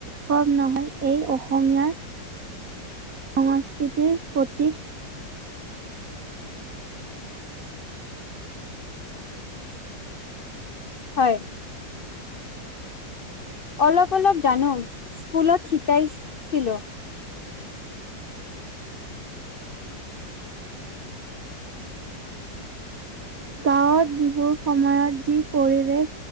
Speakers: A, on the right; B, on the left.
A: কম নহয় এই অসমীয়াৰ সংস্কৃতিৰ প্ৰতীক
B: হয়। অলপ অলপ জানো স্কুলত শিকাইছিলো।
A: গাঁৱত বিহুৰ সময়ত যি পৰিৱেশ